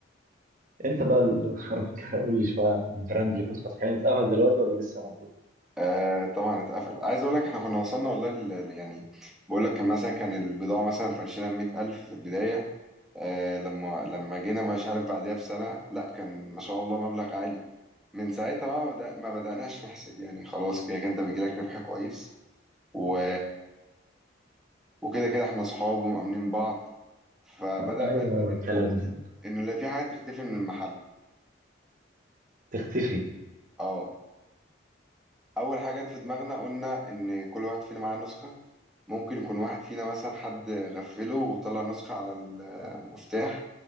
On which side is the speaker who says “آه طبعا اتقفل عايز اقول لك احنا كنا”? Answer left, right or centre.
Centre